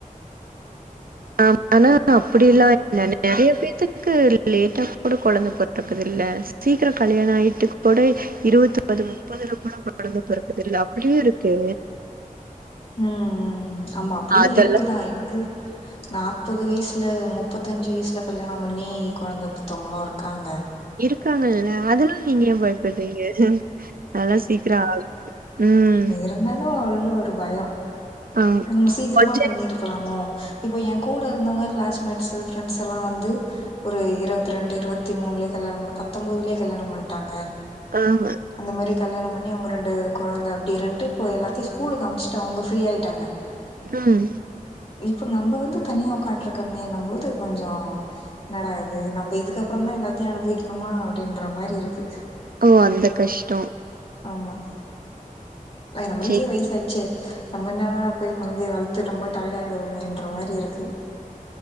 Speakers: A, on the right; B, on the left.
A: ஆம் ஆனா அப்டில்லா இல்ல நெறைய பேத்துக்கு லேட்டா கூட கொழந்தை பெற ந்துருக்குதில்ல சீக்கிரோ கல்யாணோ ஆயிட்டு கூட இருபத்து ஒன்பது முப்பதுல கூட கொழந்த பெறக்குதுல அப்டியு இருக்கு
B: ம் ம் ஆமா அப்டியு
A: அதெல்லாம்
B: இருக்கு தா எனக்கு நாப்பது வெயிசுல முப்பத்தஞ்சி வெயிசுல கல்யாணோ பண்ணி கொழந்த பெத்தவங்களு இருக்காங்க
A: இருக்றாங்கல்ல அதெல்லா நீங்க ஏ பயப்பிறீங்க அதெல்லா சீக்கிரோ ஆகும் ம்.
B: நீ இருந்தாலு உள்ள ஒரு பயோ
A: ஆ
B: நம்ம சீக்கிரமா
A: கொஞ்ச
B: பண்ணியிருக் ருக்கலாமோ இப்ப ஏ கூட இருந்தவுங்க கிளாஸ்மேட்ஸ்சு ஃப்ரண்ட்ஸ்சு எல்லா வந்து ஒரு இருவத்ரெண்டு இருவத்தி மூண்லே கல்யாணோ பண்ணி பத்தொம்போதுலே கல்யாணோ பண்ட்டாங்க
A: <unintelligible>
B: அந்த மேரி கல்யாணோ பண்ணி அவுங்க ரெண்டு கொழந்த அப்டி இருன்டுக் இப்போ எல்லாத்தியு ஸ்கூலுக்கு அமுச்சிட்டு அவுங்க ஃப்ரீயாயிட்டாங்க
A: பிளான்
B: இப்ப நம்ப வந்து தனியா உக்காண்ட்ருக்கமேபோது கொஞ்சோ என்னாடா இது நம்ப இதுக்கப்றதா எல்லாத்தையு அனுபவக்கினுமா அப்டின்ற மாரி இருக்கு
A: ஓ அந்தக் கஷ்டோ
B: ஆமா நம்மளுக்கே
A: சேரி
B: வெயிசு ஆய்ச்சே நம்ம என்னடா போய் கொழந்தைய வளத்து ரொம்ப டையட் ஆயிடுவோன்ற மாரி இருக்கு